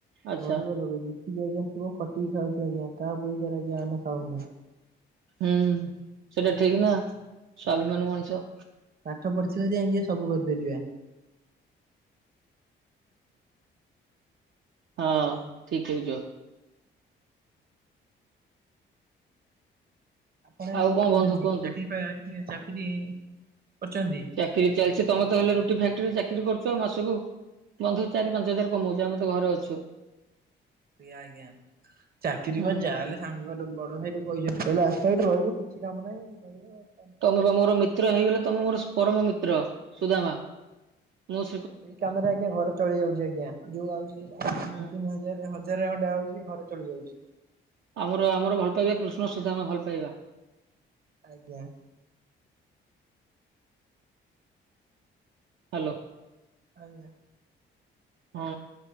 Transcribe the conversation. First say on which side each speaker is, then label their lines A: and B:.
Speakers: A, on the right (about 70°); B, on the right (about 50°).
A: ଆଚ୍ଛା
B: ଗରିବ ଲୋକ ଯିଏ ଏତିକି ଆଜ୍ଞା କୁହ ଖଟିକି ଖାଉଚୁ ଆଜ୍ଞା କାହା ପଇସାରେ ଆଜ୍ଞା ଆମେ ଖାଉନେ।
A: ହୁଁ ସେଟା ଠିକ୍ ନା ସ୍ୱାଭିମାନ ମଣିଷ।
B: ପାଠ ପଢିଥିବେ ଜଦି ଆଜ୍ଞା ସବୁ କରିପାରିବା।
A: ହଁ
B: ଆଜ୍ଞା।
A: ଠିକ୍ କହୁଚ।
B: ଆପଣ ଏଇନା
A: ଆଉ
B: କଣ କରୁଚନ୍ତି?
A: ବନ୍ଧୁ କୁହନ୍ତୁ?
B: ଚାକିରୀ ପାକିରୀ ଚାକିରୀ କରିଚନ୍ତି।
A: ଚାକିରୀ ଚାଲିଚି ତମେତ ହେଲେ ରୁଟି ଫାକ୍ଟ୍ରିରେ ଚାକିରୀ କରୁଚ ମାସକୁ ବନ୍ଧୁ ଚାରି ପାଞ୍ଚ ହଜାର କମଉଚ ଆମେ ତ ଘରେ ଅଛୁ।
B: ଆଜ୍ଞା ଆଜ୍ଞା ଚାକିରୀ
A: ହୁଁ
B: କଣ ଯାହା ହେଲେ ସାଙ୍ଗର ବଡଭାଇ ବି କହିଛନ୍ତି କହିଲେ ଆସ ଏଇଠି ରହିବ କିଛି କାମ ନାହିଁ ରହିବ ଆଉ।
A: ତମେ ପା ମୋର ମିତ୍ର ହେଇଗଲେ ତମେ ମୋର ପରମମିତ୍ର ସୁଦାମା। ମୋ
B: ସେଇ କାମରେ ଆଜ୍ଞା ଘର ଚଳିଯାଉଚି ଆଜ୍ଞା ଯୋଉ ଆଉଚି
A: ହୁଁ।
B: ଦି ତିନି ହଜା ହଜାରେ ଖଣ୍ଡେ ଆଉଚି ଘର ଚଳି ଯାଉଚି।
A: ଆମର ଆମର ଭଲ ପାଇବା କୃଷ୍ଣ ସୁଦାମା ଭଲ ପାଇବା।
B: ଆଜ୍ଞା।
A: ହାଲୋ
B: ଆଜ୍ଞା।
A: ହଁ